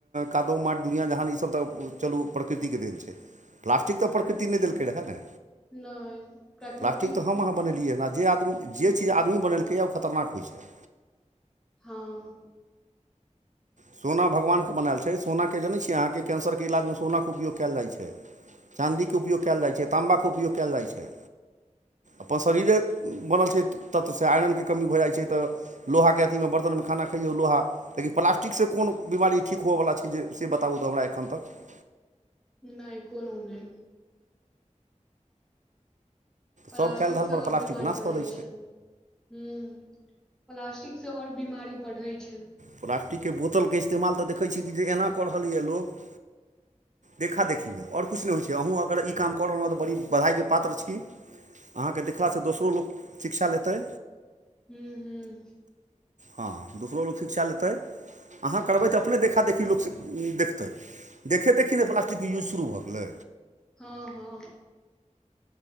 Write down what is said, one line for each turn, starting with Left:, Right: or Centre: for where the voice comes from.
Right: कादो माट दुनिआँ जहान ईसभ तऽ चलू प्रकृतिके देन छै। प्लास्टिक
Centre: हूँ
Right: तऽ प्रकृति नहि देलकै रहए ने।
Centre: नहि प्राकृतिक
Right: प्लास्टिक त हम अहा बनेलियै हन आ जे आदमी
Centre: हुं
Right: जे चीज आदमी बनेलकै क ओ खतरनाक होइ छै।
Centre: हँ।
Right: सोना भगवानके बनायल छै सोनाके जनै छियै अहाँके कैंसरके इलाजमे सोनाके उपयोग केएल जाइ छै। चाँदीके उपयोग केएल जाइ छै ताम्बाके उपयोग केएल जाइ छै। अपन शरीरे बनल छै तत्वसँ आयरनके कमी भऽ जाइ छै तऽ लोहा के अथी मे बर्तनमे खाना खइयौ लोहा लेकि प्लास्टिक ठीकसँ कोन बीमारी ठीक होअवला छै जे से बताबू तऽ हमरा एखन तक।
Centre: नै कोनु नै प्लास्टिकसँ
Right: सभ कयल धलपर
Centre: आओर
Right: प्लास्टिक
Centre: बीमारी
Right: नाश
Centre: बढ़ै
Right: कऽ दै
Centre: छै। हुॅं प्लास्टिक से अओर बीमारी बढ़ै छै।
Right: प्लास्टिकके बोतलके इस्तेमाल तऽ देखै छियै कि जे एना कऽ रहलैए लोक देखा देखीमे आओर किछु नै होइ छै अहूँ अगर ई काम कऽ रहलहुँ हँ तऽ बड़ी बधाइके पात्र छी कि अहाँके देखलासँ दोसरो लोक शिक्षा लेतै।
Centre: हुॅं हुॅं
Right: हँ दोसरो लोक शिक्षा लेतै। अहाँ करबै तऽ अपने देखा देखी लोक‌ सीक देखतै। देखे देखी ने प्लास्टिकके यूज शुरू भऽ गेलै।
Centre: हँ हँ।